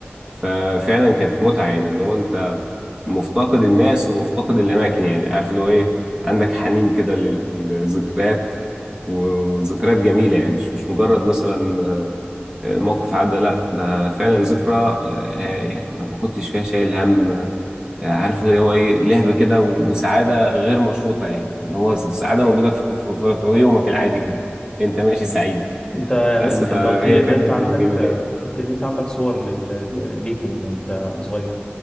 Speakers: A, on the right; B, on the left.
A: ففعلا كانت متعة يعني اللي هو انت مفتقد الناس ومفتقد الاماكن يعني عارف اللي هو ايه عندك حنين كده للذكريات وذكريات جميلة يعني مش مش مجرد مثلا آه، آه، موقف عدى لا ده فعلا ذكرى آه، يعني ما ما كنتش فيها شايل هم ما آه، عارف اللي هو ايه لهب كده وسعادة غير مشروطة يعني اللي هو السعادة موجودة في في- في- في يومك العادي كده انت ماشي سعيد
B: انت
A: بس فهي
B: انت قلت لي ان
A: فعلا
B: انت عندك
A: ايام جميلة يعني
B: قلت لي ان انت عندك صور لل... ليكم وانت صغير